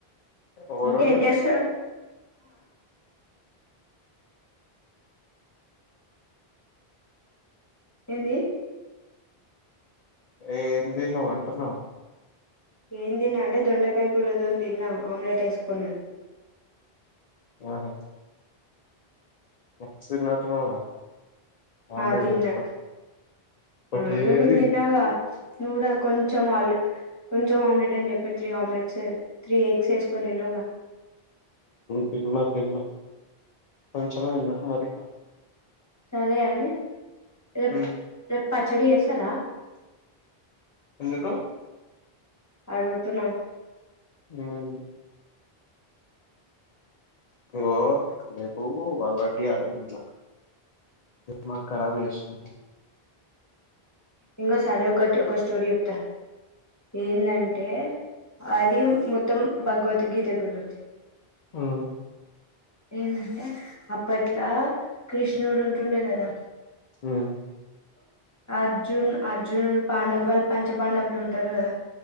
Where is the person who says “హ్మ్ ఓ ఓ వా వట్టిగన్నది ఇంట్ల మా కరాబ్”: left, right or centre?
Left